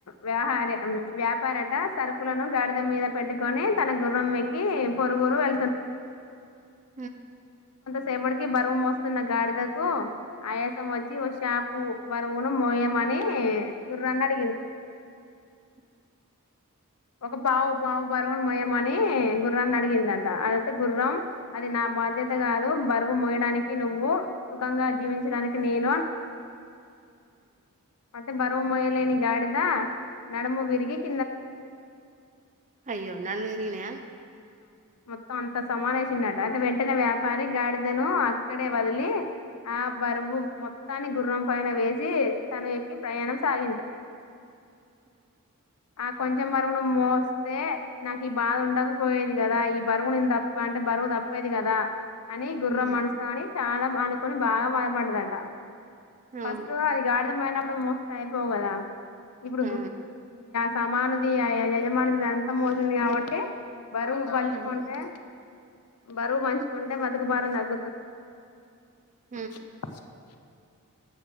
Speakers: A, on the left (about 85°); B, on the right (about 35°).
A: వ్యాహార వ్యాపారట సరుకులను గాడిద మీద పెట్టుకొని తన గుర్రం ఎక్కి పొరుగురు వెళ్తున్నాడట
B: హ
A: సేపటికి బరువు మోస్తున్న గాడిదకు ఆయాసం వచ్చి షాపు బరువును మోయేమ నీ గుర్రాన్నదిగిందట
B: హ
A: ఒక పావు పావు బరువును మోయమని గుర్రాన్ని అడిగిందట అయితే గుర్రం అది నా బాధ్యత కాదు బరువు మోయడానికి నువ్వు సుఖంగా జీవించడానికి నేను అన్నదట
B: హ
A: అయితే బరువు మొయలేని గాడిదా నడుము విరిగి కింద పడిందట టన్
B: అయ్యో నాలురినాయా
A: మొత్తం అంత సమావేశినట అంటే వెంటనే వ్యాపారి గాడిదను అక్కడే వదిలి ఆ బరువుు మొత్తాన్ని గుర్రం పైన వేసి తను ఎక్కి ప్రయాణం సాగించాడట
B: ఆ
A: కొంచెం కొంచెం బరువును మోస్తే నాకు ఈ బాధ ఉండకపోయేది కదా ఈ బరువునుే తప్ప అంటే బరువు తప్పేది కదా అని గుర్రం
B: హ్మ్
A: మనసుిన అని చాలా అనుకొని బాగా మదపండదంట
B: అవును.
A: ఫస్ట్గా అదికాడత పోనప్పు మోస్పో పోవదా ఇప్పుడు గుర్రాంది
B: ఆ!
A: సమానం అ యా యో అంతా మోసింది కాబట్టి బరువు పంచుకుంటే
B: హ్మ్
A: బరువు పంచుకుంటే బతుకు భారం తగ్గుతుంది అని అంటారు కదా అ
B: హు మ్
A: <unintelligible>